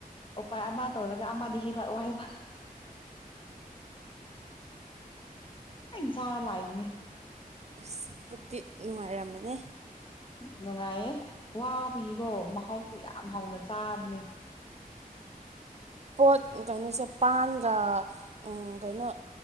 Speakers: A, on the left; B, on the right.
A: ꯎꯄꯥꯏ ꯑꯃ ꯇꯧꯔꯒ ꯑꯃꯗꯤ ꯍꯦꯛ ꯂꯥꯛꯑꯣ ꯍꯥꯏꯕ ꯆꯔꯥ ꯂꯥꯛꯏꯅꯦ
B: ꯑꯁ ꯄꯨꯛꯇꯤ ꯅꯨꯡꯉꯥꯏꯔꯝꯃꯅꯦ
A: ꯅꯨꯡꯉꯥꯏꯌꯦ ꯋꯥꯕꯒꯤꯀꯣ ꯃꯍꯥꯎꯁꯨ ꯌꯥꯝ ꯍꯥꯎꯅ ꯆꯥꯕꯅꯦ
B: ꯄꯣꯠ ꯀꯩꯅꯣꯁꯦ ꯄꯥꯟꯒ ꯀꯩꯅꯣ